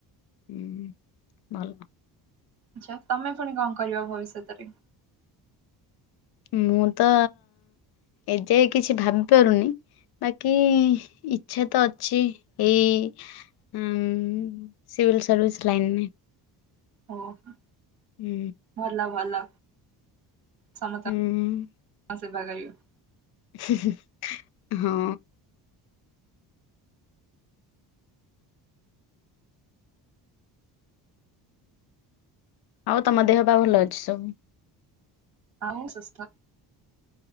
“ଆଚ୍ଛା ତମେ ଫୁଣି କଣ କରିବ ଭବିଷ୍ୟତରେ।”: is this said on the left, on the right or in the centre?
Right